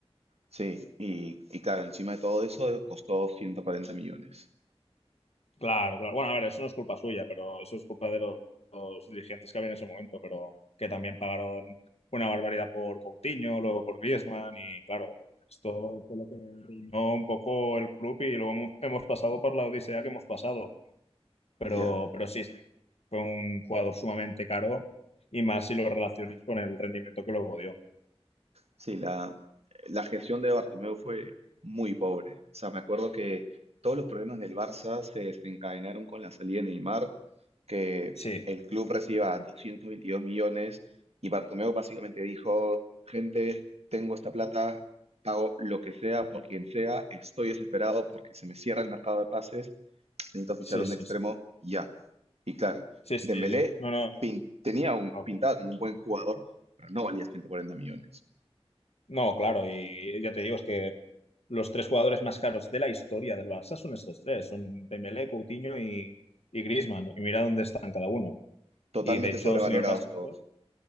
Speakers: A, on the right; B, on the left.
A: Sí, y, y claro, encima de todo eso costó 140 millones.
B: Claro, claro. Bueno, a ver, eso no es culpa suya, pero eso es culpa de los, los dirigentes que había en ese momento, pero que también pagaron una barbaridad por Coutinho, luego por Griezmann y claro, esto fue lo que arruinó un poco el club y luego hemos hemos pasado por la odisea que hemos pasado. Pero,
A: Ya.
B: pero sí, sí, fue un jugador sumamente caro y más si lo relaciones con el rendimiento que luego dio.
A: Sí, la, la gestión de Bartomeu fue muy pobre. O sea, me acuerdo que todos los problemas del Barça se desencadenaron con la salida de Neymar, que
B: Sí,
A: el club reciba 222 millones y Bartomeu básicamente dijo, gente, tengo esta plata, pago lo que sea por quien sea, estoy desesperado porque se me cierra el mercado de pases, necesito fichar
B: sí,
A: un
B: sí,
A: extremo
B: sí.
A: ya. Y claro,
B: Sí, sí.
A: Dembélé
B: No, no, es
A: pin- tenía un
B: una locura.
A: pintado como un buen jugador, pero no valía 140 millones.
B: No, claro, y ya te digo, es que los tres jugadores más caros de la historia del Barça son estos tres, son Dembélé, Coutinho y, y Griezmann, y mira dónde están cada uno.
A: Totalmente
B: Y de hecho,
A: sobrevalorados
B: sin ir más
A: todos.
B: lejos,